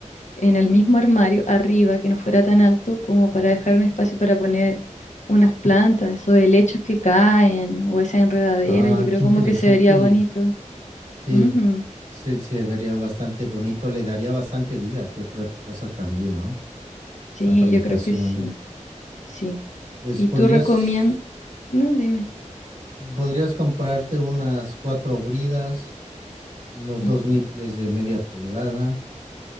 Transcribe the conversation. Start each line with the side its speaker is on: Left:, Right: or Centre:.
Left: en el mismo armario, arriba, que no fuera tan alto como para dejar un espacio para poner unas plantas, esos helechos que caen o esas enredaderas,
Right: Ah,
Left: yo creo
Right: qué
Left: como
Right: interesante.
Left: que se vería bonito.
Right: Sí,
Left: Ujú,
Right: se, se vería bastante bonito, le daría bastante vida, yo creo, a tu casa también, ¿no?
Left: Sí,
Right: A tu habitación.
Left: yo creo que sí, sí.
Right: Pues
Left: ¿Y
Right: podrías,
Left: tú recomiendas? No, dime.
Right: podrías comprarte unas cuatro bridas, unos
Left: Ujú,
Right: dos niples de media pulgada